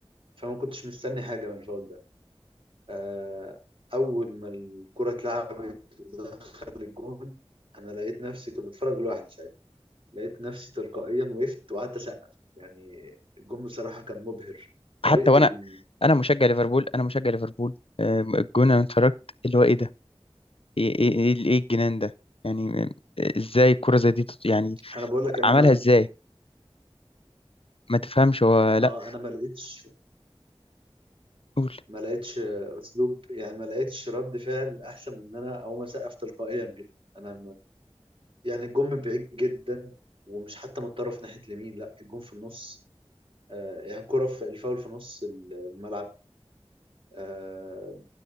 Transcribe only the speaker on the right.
فما كنتش مستني حاجة من الفاول ده آه، أول ما الكرة اتلعبت ودخل الجون أنا لقيت نفسي كنت بتفرج لوحدي ساعتها لقيت نفسي تلقائيا وقفت وقعدت أسقف يعني الجون بصراحة كان مبهر طريقة
ال...
آه، أنا بقول لك أنا
ما
آه أنا ما لقيتش
ما لقيتش أسلوب يعني ما لقيتش رد فعل أحسن من إن أنا أقوم أسقف تلقائيا كده أنا يعني الجون من بعيد جدا ومش حتى متطرف ناحية اليمين لا الجون في النص آه يعني كرة في الفاول في نص الملعب آه